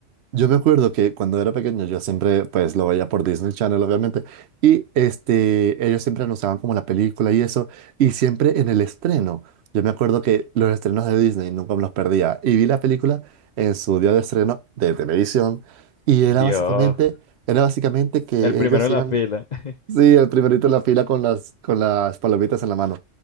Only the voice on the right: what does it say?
Yo me acuerdo que cuando era pequeño yo siempre pues lo veía por Disney Channel obviamente y este ellos siempre anunciaban como la película y eso y siempre en el estreno. Yo me acuerdo que los estrenos de Disney nunca me los perdía y vi la película en su día de estreno de televisión y
era básicamente era básicamente que
ellos
iban
Sí, el primerito en la fila con las, con las palomitas en la mano.